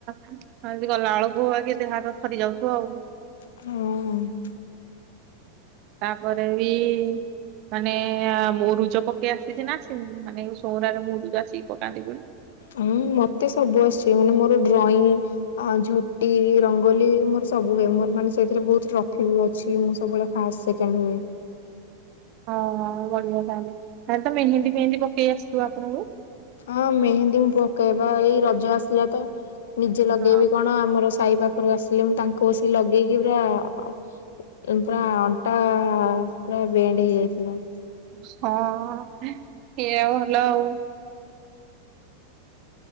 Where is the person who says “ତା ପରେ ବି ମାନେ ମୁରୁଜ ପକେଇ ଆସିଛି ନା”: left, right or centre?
Right